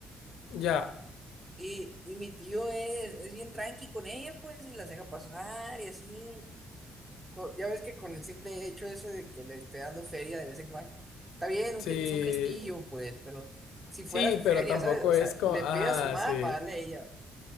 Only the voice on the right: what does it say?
Y, y mi tío es, es bien tranqui con ella, pues, y las deja pasar y así. Co- Ya ves que con el simple hecho eso de que le esté dando feria de vez en cuando, está bien, un
ge- es un gestillo, pues, pero si
fuera su
feria,
¿sabes? O sea,
le
pide a su mamá
para darle a ella.